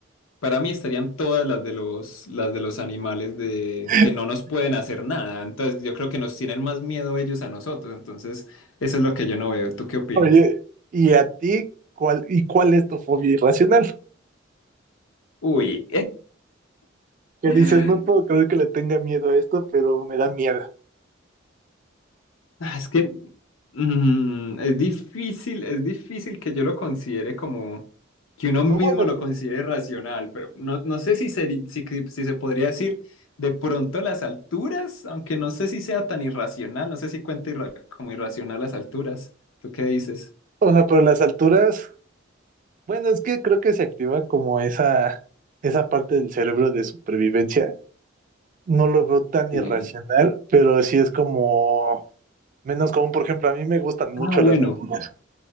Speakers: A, on the left; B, on the right.
A: para mí estarían todas las de los, las de los animales de,
B: <laughs>
A: que no nos pueden hacer nada. Entonces, yo creo que nos tienen más miedo ellos a nosotros. Entonces, eso es lo que yo no veo. ¿Tú qué opinas?
B: Oye, ¿y a ti cuál, y cuál es tu fobia irracional?
A: Uy,
B: que
A: <laughs>
B: dices, no puedo creer que le tenga miedo a esto, pero me da miedo.
A: Ah, Es que Mm, es difícil, es difícil que yo lo considere como que uno mismo
B: O bueno,
A: lo considere racional, pero no, no sé si, seri- si, que- si se podría decir de pronto las alturas, aunque no sé si sea tan irracional, no sé si cuenta irra- como irracional las alturas. ¿Tú qué dices?
B: o sea, pero las alturas, bueno, es que creo que se activa como esa, esa parte del cerebro de supervivencia. No lo veo tan
A: Sí.
B: irracional, pero sí es como menos común. Por ejemplo, a mí me gustan mucho
A: Ah, bueno,
B: las alturas.